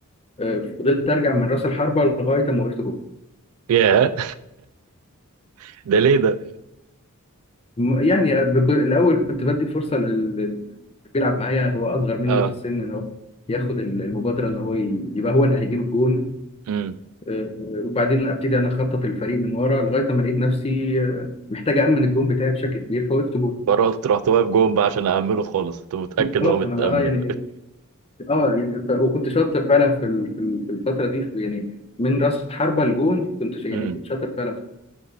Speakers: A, on the left; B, on the right.
A: آه، فضلت ارجع من راس الحربه لغايه ما وقفت جول
B: ياه <laughs> ده ليه ده
A: م- يعني بك- الاول كنت بدي فرصه لل- لل- اللي بيلعب معايا هو اصغر مني
B: اه
A: في السن ان هو ياخد ال- المبادره ان هو ي- يبقى هو اللي هيجيب الجون
B: امم
A: آه، آه، وبعدين ابتدي انا اخطط الفريق من ورا لغايه ما لقيت نفسي آه، محتاج امن الجون بتاعي بشكل كبير فوقفت جون
B: فرحت رحت واقف جون بقى عشان أأمنه خالص كنت متأكد
A: خلاص
B: هو متأمن
A: انا آه، يعني اه يعني ف- وكنت شاطر فعلا في ال- في ال- في الفتره دي في- يعني من راس حربه لجون
B: <laughs>
A: كنت ش- يعني
B: امم
A: كنت شاطر فعلا في